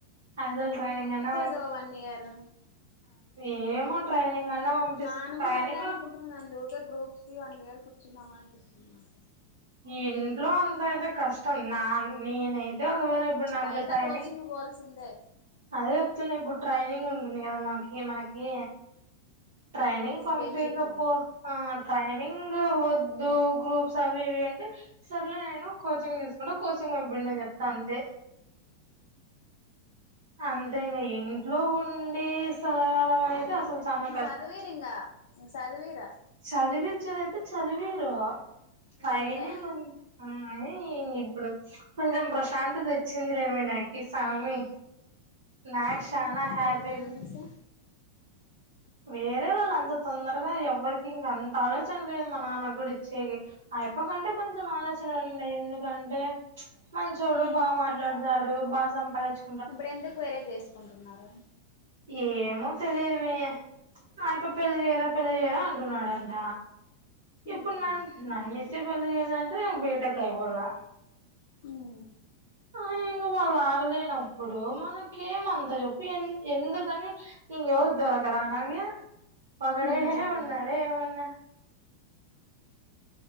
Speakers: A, on the right; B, on the left.
A: అసలు ట్రైనింగ్ అన్న
B: సో వన్ ఇయరు
A: ఏమో ట్రైనింగ్ అన్నా పంపిస్త
B: నాను
A: ట్రైనింగ్
B: కూడా అదే అనుకుంటున్నాను అందుకే గ్రూప్స్ కి వన్ ఇయర్ కూర్చున్నామా అనిపిస్తుంది నాకు
A: ఇంట్లో ఉంటే అయితే కష్టం నా నేనైతే ఒకవేళ ఇప్పుడు నాకు
B: బయట
A: ట్రైనింగ్.
B: కోచింగ్ పోల్సిందే.
A: అదే చెప్తున్న ఇప్పుడు ట్రైనింగ్ ఉంది కదా మాకి మనకి ట్రైనింగ్ పంపిక
B: ఇంటర్న్షిప్
A: పో ఆ ట్రైనింగ్ వద్దు గ్రూప్స్ అవి ఇవి అంటే సర్లే నేను కోచింగ్ తీసుకుంటా కోచింగ్ పంపియండి అని చెప్తా అంతే. అంతే ఇంక, ఇంట్లో ఉండి సదవడం అయితే అసలు చానా
B: చదువీరింగా చదువీరు
A: చదివి ఇచ్చుడు అంటే చదివీరు. ట్రైనింగ్
B: పెన్లే
A: ఉన్నాయి ఇంగ ఇప్పుడు. కొంచెం ప్రశాంతత ఇచ్చింది లేమె నాకి సామి నాకు
B: ఏమో
A: చానా
B: మళ్ళీ
A: హ్యాపీ
B: వేరే వాళ్ళు
A: గుంది.
B: చూస్తే
A: వేరే వాళ్ళు అంత తొందరగా ఎవ్వరికి ఇంక అంత ఆలోచన లేదు మా నాన్న కూడా ఇచ్చేకి ఆయప్ప కంటే కొంచెం ఆలోచనుంది. ఎందుకంటే మంచోడు, బాగా మాట్లాడతాడు బాగా సంపాదించు
B: ఇప్పుడు ఎందుకు వేరే చేసుకుంటున్నారు.
A: ఏమో తెలీదు మీ నా యప్ప పెళ్లి చేయరా పెళ్లి చేయరా అంటున్నాడంట. ఇప్పుడు
B: ఉమ్
A: నన్ ఇచ్చి పెళ్ళి చేయాలంటే బీటేక్ ఐ బోవల్ల
B: మ్
A: ఆ ఇంకా వాళ్ళు ఆగలేనప్పుడు మనకేమంత చెప్పు ఎందుకని ఇంక ఎవరు దొరకరా నవ్యా ఒక డే
B: ఉమ్
A: ఉన్నాడా ఏమన్నా?